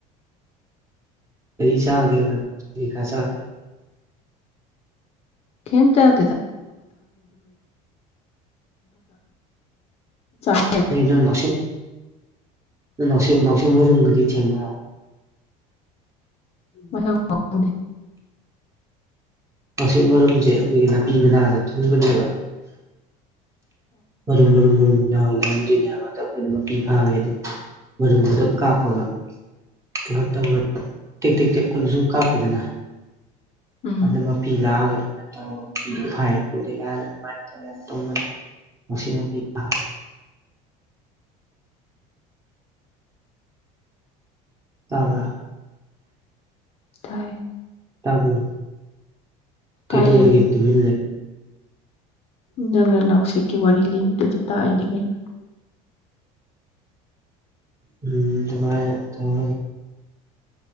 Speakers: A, on the right (about 20°); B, on the left (about 35°).
A: ꯀꯔꯤ ꯆꯥꯒꯦꯕ ꯎꯆꯦꯛꯀ ꯆꯗꯔ꯭ꯗꯤ
B: ꯀꯩꯝꯇ <unintelligible>
A: ꯑꯩ ꯅꯪ ꯅꯥꯎꯁꯨꯞ ꯅꯪ ꯅꯥꯎꯁꯦꯛ ꯅꯥꯎꯁꯦꯛ ꯃꯔꯨꯝꯒꯗꯤ ꯊꯦꯡꯅ
B: ꯃꯁꯛ ꯄꯥꯎ ꯈꯪꯗꯦ
A: ꯅꯥꯎꯁꯦꯛ ꯃꯔꯨꯝꯖꯦ ꯑꯩꯈꯣꯏꯒꯤ ꯅꯥꯄꯤ ꯃꯅꯥꯗ ꯊꯨꯕꯅꯦꯕ꯫ ꯃꯔꯨꯝ-ꯃꯔꯨꯝ-ꯃꯔꯨꯝ꯫ ꯌꯥꯎ ꯂꯩꯔꯝꯗꯣꯏꯅꯦꯕ ꯖꯧ ꯑꯩꯈꯣꯏꯅ ꯃꯄꯤ ꯐꯥꯒꯦꯗꯤ ꯃꯔꯨꯝꯗꯨꯗ ꯀꯥꯞꯄꯒ ꯀꯩꯅꯣ ꯇꯧꯔ ꯇꯦꯛ-ꯇꯦꯛ-ꯇꯦꯛ ꯈꯨꯣꯠꯅ ꯁꯨꯝ ꯀꯥꯞꯄꯦꯗꯅ
B: ꯎꯝ
A: ꯑꯗꯨꯃꯛ ꯂꯥꯛꯑꯒ ꯑꯗꯨꯃꯥꯏ ꯇꯧꯔꯒ ꯃꯄꯤꯗꯣ ꯐꯥꯏꯌꯦ ꯈꯣꯠꯂꯦ ꯀꯥꯏꯅ ꯑꯗꯨꯃꯥꯏꯅ ꯌꯥꯝ ꯇꯧꯅ ꯎꯁꯤꯡ ꯅꯨꯄꯤ ꯐꯥꯏ ꯇꯥꯕ꯭ꯔꯥ
B: ꯇꯥꯏꯌꯦ꯫
A: ꯇꯥꯕ꯭ꯔꯣ? ꯀꯩꯗꯧꯔꯒꯦ
B: ꯇꯥꯏꯌꯦ
A: ꯇꯨꯃꯤꯜ <inaudible>
B: ꯅꯪꯅ ꯅꯥꯎꯁꯦꯛꯀꯤ ꯋꯥꯔꯤ ꯂꯤꯕꯗꯨꯗ ꯇꯥꯏꯅꯦ ꯀꯩꯅꯣ꯫
A: ꯎꯝ ꯑꯗꯨꯃꯥꯏꯅ ꯇꯧꯏ꯫